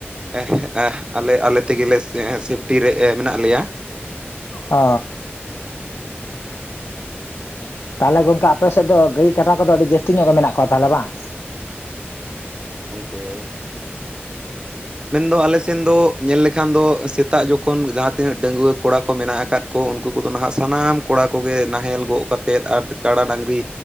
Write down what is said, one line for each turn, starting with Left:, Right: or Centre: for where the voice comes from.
Right: ᱮᱦ ᱮᱦ ᱟᱞᱮ ᱟᱞᱮ ᱛᱮᱜᱮ ᱞᱮ ᱥᱮᱯᱴᱤ ᱨᱮ ᱢᱮᱱᱟᱜ ᱞᱮᱭᱟ
Left: ᱚᱻ ᱛᱟᱦᱚᱞᱮ ᱜᱚᱢᱠᱮ ᱟᱯᱮ ᱥᱮᱫ ᱫᱚ ᱜᱟᱹᱭ ᱠᱟᱰᱟ ᱠᱚᱫᱚ ᱟᱹᱰᱤ ᱡᱟᱹᱥᱛᱤ ᱧᱚᱜ ᱜᱮ ᱢᱮᱱᱟᱜ ᱠᱚᱣᱟ ᱛᱟᱦᱚᱞᱮ ᱵᱟᱝ
Right: ᱦᱮᱸ ᱜᱚᱝᱠᱮ ᱢᱮᱱᱫᱚ ᱟᱞᱮ ᱥᱮᱱ ᱫᱚ ᱧᱮᱞ ᱞᱮᱠᱷᱟᱱ ᱫᱚ ᱥᱮᱛᱟᱜ ᱡᱚᱠᱷᱚᱱ ᱡᱟᱦᱟᱸ ᱛᱤᱱᱟᱹᱜ ᱰᱟᱺᱜᱩᱣᱟᱹ ᱠᱚᱲᱟ ᱠᱚ ᱢᱮᱱᱟᱜ ᱟᱠᱟᱫ ᱠᱚ ᱩᱱᱠᱩ ᱠᱚᱫᱚ ᱱᱟᱦᱟᱜ ᱥᱟᱱᱟᱢ ᱠᱚᱲᱟ ᱠᱚᱜᱮ ᱱᱟᱦᱮᱞ ᱜᱚᱜ ᱠᱟᱛᱮᱫ ᱟᱨ ᱠᱟᱰᱟ ᱰᱟᱝᱨᱤ